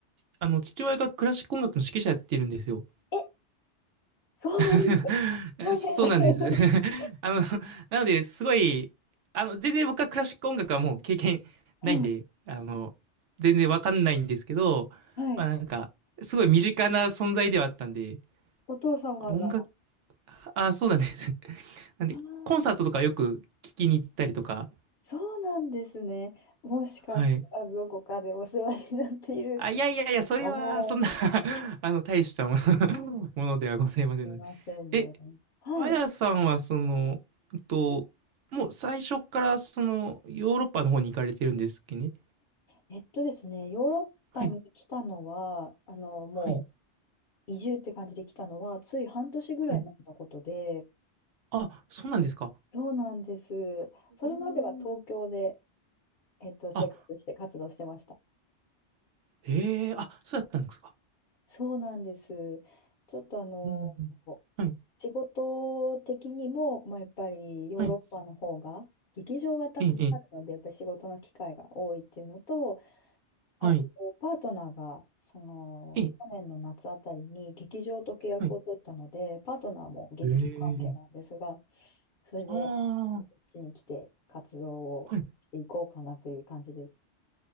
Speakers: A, on the right; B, on the left.
A: あの、父親がクラシック音楽の指揮者やってるんですよ。
B: え、そうなんですか。
A: <laughs> えそうなんです。
B: 大変。
A: <laughs>
B: <laughs>
A: あの、なので、すごい、あの、全然僕はクラシック音楽はもう経験ないんで、
B: はい、
A: あの、全然わかんないんですけど、
B: はい。
A: まあなんか、すごい身近な存在ではあったんで、
B: お父様が。
A: 音楽、
B: あ
A: あ、そうなんです。<laughs> なんで、
B: あ、
A: コンサートとかよく聞きに行ったりとか、
B: そうなんですね。もしかしたらどこかでお世話になっている
A: はい。あ、いやいやいや、それは、
B: かも。
A: そんな <laughs> あの、大したもの <laughs>、ものではございませんので。
B: すいませんね。
A: え
B: はい。
A: あやさんはその、うんと、もう最初からそのヨーロッパの方に行かれてるんですっけね。
B: えっとですね、ヨーロッパに来たのは、
A: はい、
B: あの、も
A: はい、
B: う移住って感じで来たのは、つい半年ぐらい前のことで、
A: はい。あ、そうなんですか。
B: そうなんです。それまでは東京で、
A: うーん。
B: えっと、生活して活動してました。
A: あ、ええあ、そうだったんですか。
B: そうなんです。ちょっとあの、
A: うん。うんはい、
B: 仕事的にも、まあ、やっぱりヨーロッパの方が、
A: はい、
B: 劇場がたくさんあるので、
A: ええ、ええ
B: やっぱり仕事の機会が多いっていうのと、あと、
A: はい、
B: パートナーが、その、
A: ええ、
B: 去年の夏あたりに劇場と契約を取ったので、
A: はい。
B: パートナーも劇場関係なんですが、
A: ええ
B: それで、
A: ああ
B: こっちに来て活動をしていこうかなという感じです。
A: ー、はい。